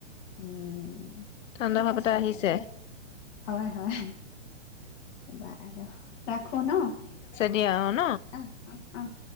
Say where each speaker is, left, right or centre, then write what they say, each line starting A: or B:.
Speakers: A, on the left; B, on the left.
A: উম উ
B: ঠাণ্ডা
A: ঠিক
B: ভাৱ
A: আছে
B: এটা আহিছে
A: বাৰু দিয়ক হয়, হয়। বা বা আৰু ৰাখো ন?
B: দিয় শ।
A: আহ আহ আহহ